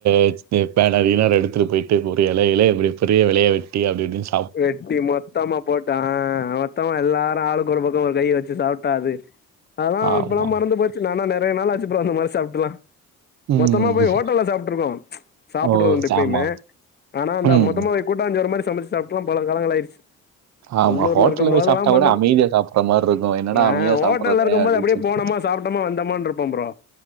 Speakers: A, on the right; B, on the left.
A: வெச்சினு பேனரு கீனரு எடுத்துட்டு போயிட்டு ஒரு எலையில இப்படி பெரிய எலயா வெட்டி அப்டி இப்டினு
B: வெட்டி மொத்தமா போட்டு ஆ மொத்தமா எல்லாரு ஆளுக்கொரு பக்கமா கைய வெச்சு சாப்ட்டா அது அதெல்லா
A: ஆமா.
B: இப்பெல்லா‌ மறந்து போச்சு நானா நெறைய நாள் ஆச்சு ப்ரோ அந்தமாரி சாப்ட்டுலா
A: ம்.
B: மொத்தமா போய் ஹோட்டல்ல சாப்பிட்ருக்கோ சாப்பிட்றதுண்டு
A: ஓ!
B: இப்பயுமே
A: ஆமா.
B: ஆனா அந்த
A: ம்.
B: மொத்தமாவே கூட்டாஞ்சோறு மாரி சமச்சு சாப்ட்லா பல காலங்களாயிட்ச்சு
A: ஆமா.
B: உள்ளூர்ல
A: ஹோட்டல்ல
B: இருக்கும் போதெல்லாம்பண்ணது
A: போய் சாப்ட்டா கூட அமைதியா சாப்புட்ற மாரி இருக்கும். என்னடா
B: ஆ
A: அமைதியா
B: ஹோட்டல்ல
A: சாப்புட்றோமே
B: இருக்கும்
A: அப்டின்னு
B: போது அப்டியே
A: சொல்லி.
B: போனமா சாப் டமா வந்தமான்ட்ருப்போம் ப்ரோ